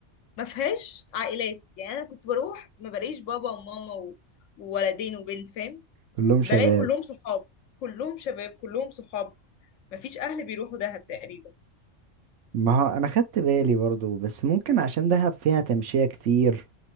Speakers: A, on the left; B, on the right.
A: ما فيهاش عائلات يعني انا كنت بروح ما بلاقيش بابا وماما و- وولدين وبنت فاهم
B: كلهم شباب
A: بلاقي كلهم صحاب كلهم شباب كلهم صحاب مفيش اهل بيروحوا دهب تقريبا
B: ما هو انا خدت بالي برضو بس ممكن عشان دهب فيها تمشية كتير